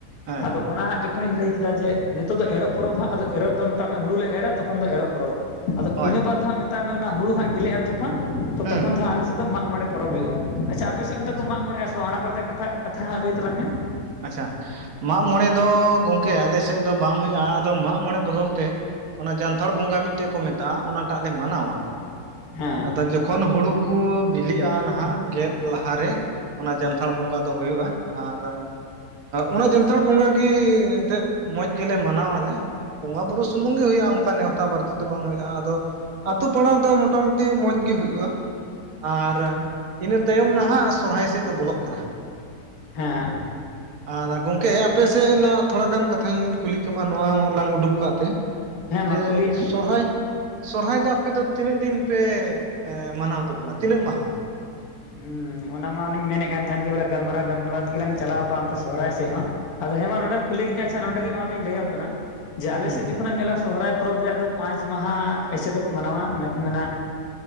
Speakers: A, on the right; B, on the left.
A: ᱦᱳᱭ
B: ᱟᱫᱚ ᱚᱱᱟ ᱦᱟᱸᱜ ᱡᱚᱠᱷᱚᱱᱤᱧ ᱞᱟᱹᱭ ᱠᱮᱫᱟ ᱡᱮ, ᱱᱤᱛᱚᱜ ᱫᱚ ᱮᱨᱚᱜ ᱯᱚᱨᱚᱵᱽ ᱦᱟᱜ ᱟᱫᱚ ᱮᱨᱚᱜ ᱫᱚ ᱢᱮᱛᱟᱜ ᱢᱮ ᱦᱩᱲᱩᱞᱮ ᱮᱨᱟ ᱛᱚᱠᱷᱚᱱ ᱫᱚ ᱮᱨᱚᱜ ᱯᱚᱨᱚᱵᱽ᱾ ᱟᱫᱚ
A: ᱦᱳᱭ
B: ᱤᱱᱟᱹ ᱵᱟᱫ ᱫᱚ ᱦᱟᱸᱜ ᱢᱮᱛᱟᱜ ᱢᱮ ᱚᱱᱟ ᱦᱩᱲᱩ ᱦᱟᱸᱜ ᱜᱮᱞᱮᱜᱼᱟ ᱡᱚᱠᱷᱚᱱ ᱛᱚ
A: ᱦᱩᱸ
B: ᱛᱚᱠᱷᱚᱱ ᱫᱚ ᱟᱞᱮ ᱥᱮᱫ ᱫᱚ ᱢᱟᱜ ᱢᱚᱬᱮ ᱯᱚᱨᱚᱵ ᱦᱩᱭᱩᱜᱼᱟ ᱾ᱟᱪᱪᱷᱟ ᱟᱯᱮ ᱥᱮᱫ ᱚᱱᱛᱮ
A: ᱟᱪᱪᱷᱟ
B: ᱠᱚ ᱢᱟᱜ ᱢᱚᱬᱮ ᱟᱥᱮ ᱛᱚ ᱚᱱᱟ ᱵᱟᱨᱮᱛᱮ ᱮᱴᱟᱜ ᱠᱟᱛᱷᱟ ᱦᱟᱸᱜ ᱞᱟᱹᱭ ᱛᱟᱞᱟᱝ ᱢᱮ?
A: ᱟᱪᱪᱷᱟ ᱢᱟᱜ ᱢᱚᱬᱮ ᱫᱚ ᱜᱚᱝᱠᱮ ᱟᱞᱮ ᱥᱮᱫ ᱫᱚ ᱵᱟᱝ ᱦᱩᱭᱩᱜᱼᱟ, ᱟᱫᱚ ᱢᱟᱜ ᱢᱚᱬᱮ ᱵᱚᱫᱚᱞ ᱛᱮ ᱚᱱᱟ ᱡᱟᱱᱛᱷᱟᱲ ᱵᱚᱸᱜᱟ ᱢᱤᱫᱴᱮᱡ ᱠᱚ ᱢᱮᱛᱟᱜᱼᱟ, ᱚᱱᱟᱴᱟᱜ ᱞᱮ ᱢᱟᱱᱟᱣᱟ
B: ᱦᱮᱸ
A: ᱟᱫᱚ ᱡᱚᱠᱷᱚᱱ ᱦᱩᱲᱩ ᱠᱚ ᱵᱤᱞᱤᱜᱼᱟ ᱱᱟᱦᱟᱸᱜ ᱜᱮᱫ ᱞᱟᱦᱟᱨᱮ ᱚᱱᱟ ᱡᱟᱱᱛᱷᱟᱲ ᱵᱚᱸᱜᱟ ᱫᱚ ᱦᱩᱭᱩᱜᱼᱟ᱾ ᱟᱨ ᱚᱱᱟ ᱡᱟᱱᱛᱷᱟᱲ ᱵᱚᱸᱜᱟ ᱜᱮ ᱮᱱᱛᱮᱫ ᱢᱚᱡᱽ ᱜᱮᱞᱮ ᱢᱟᱱᱟᱣ ᱟᱞᱮ ᱵᱚᱸᱜᱟ ᱵᱩᱨᱩ ᱥᱩᱢᱩᱝ ᱜᱮ ᱦᱩᱭᱩᱜᱼᱟ᱾ ᱚᱱᱠᱟ ᱱᱮᱣᱛᱟ ᱵᱟᱹᱲᱛᱤ ᱫᱚ ᱵᱟᱝ ᱦᱩᱭᱩᱜᱼᱟ ᱟᱫᱚ ᱟᱛᱳ ᱯᱟᱲᱟ ᱨᱮᱫᱚ ᱢᱚᱴᱟᱢᱩᱴᱤ ᱢᱚᱸᱡᱽ ᱜᱤ ᱦᱩᱭᱩᱜᱼᱟ᱾ ᱟᱨ ᱤᱱᱟᱹ ᱛᱟᱭᱚᱢ ᱱᱟᱦᱟᱸᱜ ᱥᱚᱨᱦᱟᱭ ᱥᱮᱫ ᱫᱚ ᱵᱚᱞᱚᱜ ᱠᱟᱱᱟ᱾
B: ᱦᱮᱸ
A: ᱟᱨ ᱜᱚᱝᱠᱮ ᱟᱯᱮ ᱥᱮᱫ ᱨᱮᱱᱟᱜ ᱛᱷᱚᱲᱟ ᱜᱟᱱ ᱠᱟᱛᱷᱟᱧ ᱠᱩᱞᱤ ᱠᱮᱢᱟ ᱱᱚᱣᱟ ᱞᱟᱝ ᱩᱰᱩᱠ ᱠᱟᱜ ᱛᱮ?
B: ᱦᱮᱸ
A: ᱡᱮ
B: ᱢᱟ ᱠᱩᱞᱤᱭᱤᱧ ᱢᱮ
A: ᱥᱚᱨᱦᱟᱭ ᱥᱚᱨᱦᱟᱭ ᱫᱚ ᱟᱯᱮ ᱫᱚ ᱛᱤᱱᱟᱹᱜ ᱫᱤᱱ ᱯᱮ ᱢᱟᱱᱟᱣ ᱛᱟᱵᱚᱱᱟ, ᱛᱤᱱᱟᱹᱜ ᱢᱟᱦᱟ?
B: ᱦᱮᱸ ᱚᱱᱟ ᱢᱟ ᱚᱱᱮᱧ ᱢᱮᱱᱮᱫ ᱠᱟᱱ ᱛᱟᱦᱮᱱ ᱜᱮ ᱵᱚᱞᱮ ᱜᱟᱞᱢᱟᱨᱟᱣ ᱜᱟᱞᱢᱟᱨᱟᱣ ᱛᱮᱜᱮ ᱞᱟᱝ ᱪᱟᱞᱟᱣ ᱠᱚᱜᱼᱟ ᱚᱱᱛᱮ ᱥᱚᱦᱦᱟᱭ ᱥᱮᱫ ᱦᱚᱸ ᱟᱫᱚ ᱦᱮᱸ ᱢᱟ ᱱᱚᱸᱰᱮᱢ ᱠᱩᱞᱤ ᱠᱤᱫᱤᱟ ᱟᱪᱪᱷᱟ ᱱᱚᱰᱮ ᱱᱚᱣᱟ ᱫᱚᱧ ᱞᱟᱹᱭᱟᱢ ᱠᱟᱱᱟ᱾ ᱡᱮ ᱟᱞᱮᱥᱮᱫ
A: ᱦᱮᱸ
B: ᱛᱚᱠᱷᱚ ᱱᱮᱢ ᱧᱮᱞᱟ ᱥᱚᱦᱚᱨᱟᱭ ᱯᱚᱨᱚᱵᱽ ᱨᱮᱭᱟᱜ ᱫᱚ, ᱯᱟᱸᱪ ᱢᱟᱦᱟ ᱮᱭᱥᱮ ᱫᱚᱠᱚ ᱢᱟᱱᱟᱣᱟ ᱚᱱᱟ ᱠᱚ ᱢᱮᱱᱟ